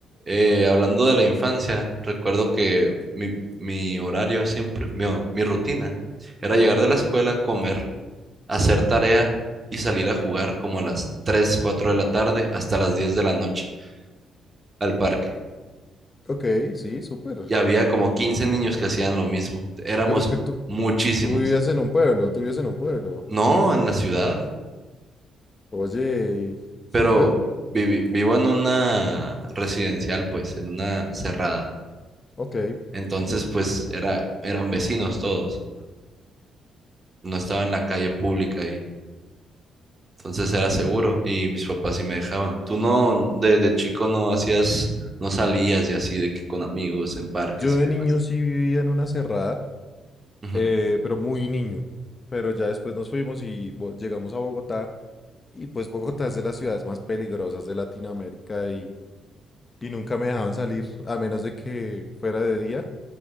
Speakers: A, on the right (about 30°); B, on the left (about 30°).
A: eh, hablando de la infancia, recuerdo que
B: Sí.
A: mi, mi horario siempre, mi, mi rutina, era llegar de la escuela, comer hacer tarea y salir a jugar como a las 3 4 de la tarde hasta las 10 de la noche al parque.
B: Ok, sí, súper.
A: Y había como 15 niños que hacían lo mismo. Éramos
B: Pero es que tú,
A: muchísimos.
B: tú vivías en un pueblo, tú vivías en un pueblo.
A: No en la ciudad,
B: Oye, súper.
A: pero vivi- vivo en una residencial, pues, en una cerrada.
B: Ok.
A: Entonces, pues, era, eran vecinos todos. No estaba en la calle pública Entonces era seguro y mis papás sí me dejaban. Tú no, de, de chico no hacías, no salías y así de que con amigos en parques
B: Yo de
A: y demás.
B: niño sí vivía en una cerrada,
A: Ujú.
B: eh, pero muy niño. Pero ya después nos fuimos y bo- llegamos a Bogotá. Y pues Bogotá es de las ciudades más peligrosas de Latinoamérica y, y nunca me dejaban salir a menos de que fuera de día.